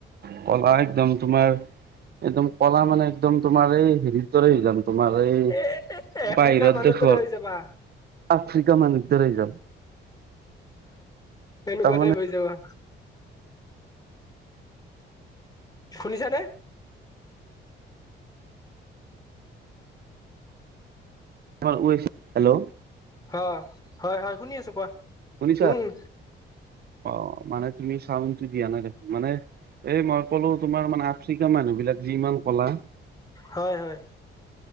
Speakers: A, on the right; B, on the left.
A: ক'লা একদম তোমাৰ একদম ক'লা মানে একদম তোমাৰ এই হেৰিৰ দৰে হৈ জাম। তোমাৰ এই
B: এ আফ্ৰিকাৰ
A: বাহিৰত
B: মানুহৰ
A: দেশৰ।
B: দৰে হৈ যাবা।
A: আফ্ৰিকা মানুহ দৰেই হৈ যাম।
B: সেনেকুৱা
A: তাৰমানে
B: এটা হৈ যাবা। শুনিছানে।
A: হ'ল <unintelligible> হেল্ল'।
B: অ' হয়, হয়, শুনি আছো কোৱা
A: শুনিছা
B: উম।
A: অ' মানে তুমি চাউনটো দিয়া নাই দেখোন মানে এই মই ক'লো তোমাৰ মানে আফ্ৰিকা। মানুহ বিলাক যিমান ক'লা।
B: হয়, হয়।